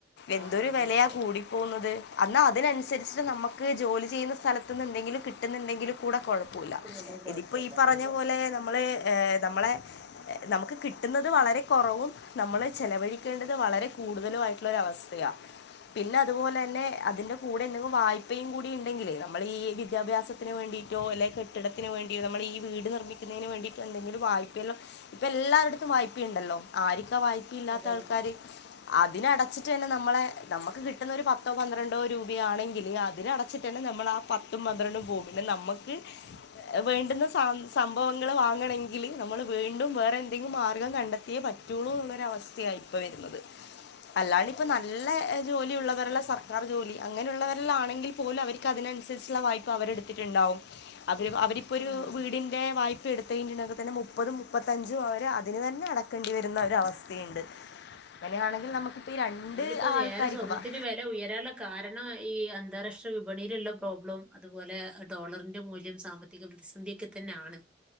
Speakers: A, on the left; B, in the centre.
A: എന്തൊരു
B: ആഹ് അതെ
A: വിലയാ
B: അതെ
A: കൂടി പോകുന്നത് എന്നാൽ അതിനനുസരിച്ചിട്ട് നമ്മക്ക് ജോലി ചെയ്യുന്ന സ്ഥലത്തിന്ന് എന്തെങ്കിലും കിട്ടുന്ന്ണ്ടെങ്കില് കൂടെ കൊഴ പ്പൊല്ല
B: കിട്ടുന്നുണ്ടെങ്കിൽ കുഴപ്പമില്ല
A: ഇതിപ്പോ ഈ പറഞ്ഞ
B: അതെ
A: പോലെ നമ്മള് ഏഹ് നമ്മളെ നമുക്ക് കിട്ടുന്നത് വളരെ കൊറവും നമ്മള് ചെലവഴിക്കേണ്ടത് വളരെ കൂടുതലും ആയിട്ടുള്ളൊരവസ്ഥയാ പിന്നെ അതു പോലെ തന്നെ അതിന്റെ കൂടെ എന്തെങ്കിലും വായ്പയും കൂടി ഇണ്ടെങ്കിലേ നമ്മൾ ഈ വിദ്യാഭ്യാസ <unintelligible> വേണ്ടിയിട്ടോ അല്ലെങ്കി കെട്ടിടത്തിന് വേണ്ടിയോ നമ്മളീ വീട് നിർമ്മിക്കുന്നതിന് വേണ്ടിയിട്ടോ എന്തെങ്കിലും വായ്പയെല്ലാം ഇപ്പ എല്ലാരട്ത്തും വായ്പയുണ്ടല്ലോ ആരിക്കാ വായ്പ ഇല്ലാത്ത
B: അതെ
A: ആൾക്കാര്
B: അതെ
A: അതിനടച്ചിട്ട് തന്നെ നമ്മളെ നമ്മക്ക് കിട്ടുന്ന ഒരു പത്തോ പന്ത്രണ്ടോ രൂപയാണെങ്കില് അതിനടച്ചിട്ട് തന്നെ നമ്മളാ പത്തും പന്ത്രണ്ടും പോവും പിന്നെ നമ്മക്ക് ഏഹ് വേണ്ടുന്ന സ സംഭവങ്ങള് വാങ്ങണെങ്കില് നമ്മള് വീണ്ടും വേറെ എന്തെങ്കിലും മാർഗം കണ്ടെത്തിയേ പ റ്റൂള്ളൂ എന്നൊരു അവസ്ഥയാ ഇപ്പൊ വരുന്നത് അല്ലാണ്ട്
B: അതെ
A: ഇപ്പൊ
B: അതെ
A: നല്ല
B: അതെ
A: ജോലി ഉള്ളവരെല്ലാം സർക്കാർ ജോലി അങ്ങനെയുള്ളവരിൽ ആണെങ്കിൽ പോലും അവർക്ക് അതിനനുസരിച്ചുള്ള വായ്പ അവരെടുത്തിട്ടുണ്ടാവും അവര് അവരിപ്പോ ഒരു
B: ഉം
A: വീടിന്റെ വായ്പ എടു പെയിന്റിനൊക്കെ തന്നെ മുപ്പതും മുപ്പത്തഞ്ചും അവർ അതിന് തന്നെ അടക്കേണ്ടി വരുന്ന ഒരവസ്ഥയുണ്ട് അങ്ങനെയാണെങ്കിൽ
B: അതെ
A: നമുക്കിപ്പോൾ ഈ രണ്ട്
B: അതിലിപ്പോ
A: ആൾക്കാർക്കും
B: വേറെ സ്വർണ്ണത്തിന് വെ ല ഉയരാനുള്ള കാരണം ഈ അന്താരാഷ്ട്ര വിപണിയിലുള്ള പ്രോബ്ലം അതുപോലെ ഡോളറിന്റെ മൂല്യം സാമ്പ ത്തിക പ്രതിസന്ധിയൊക്കെ തന്നെയാണ്